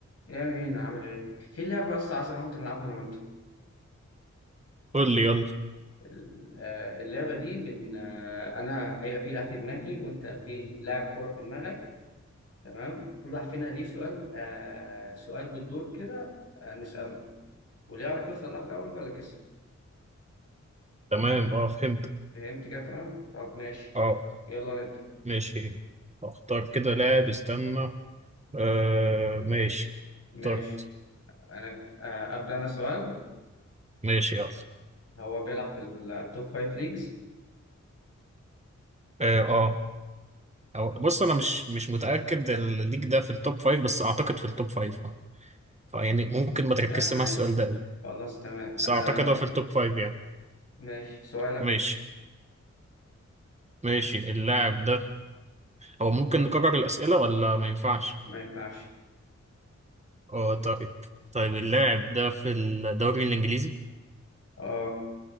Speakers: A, on the left; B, on the right.
A: ايه يا مين عامل ايه؟ في لعبة بس عايز انا وانت نلعبها انا وانت
B: قول لي يلا
A: ال- آه، اللعبة دي بن آه، انا هيبقى في لاعب في دماغي وانت في لاعب كورة في دماغك تمام كل واحد فينا ليه سؤال آه سؤال بالدور كده آه نسأله واللي يعرف يوصل لها الاول هو اللي كسب
B: تمام اه فهمت
A: فهمت كده تمام؟ طب ماشي
B: اه
A: يلا نبدأ
B: ماشي اختار كده لاعب استنى آه ماشي
A: ماشي
B: اخترت
A: انا آه ابدأ انا سؤال
B: ماشي يلا
A: هو بيلعب في التوب فايف ليجز
B: اه اه أو- بص انا مش مش متأكد الليج ده في التوب فايف بس اعتقد في التوب فايف اه فيعني ممكن ما تركزش
A: تمام
B: مع السؤال ده قوي
A: خلاص تمام
B: بس
A: انا
B: اعتقد هو في التوب فايف يعني
A: ماشي سؤالك
B: ماشي ماشي اللاعب ده هو ممكن نكرر الأسئلة ولا ما ينفعش
A: ما ينفعش
B: اه طيب طيب اللاعب ده في الدوري الإنجليزي
A: اه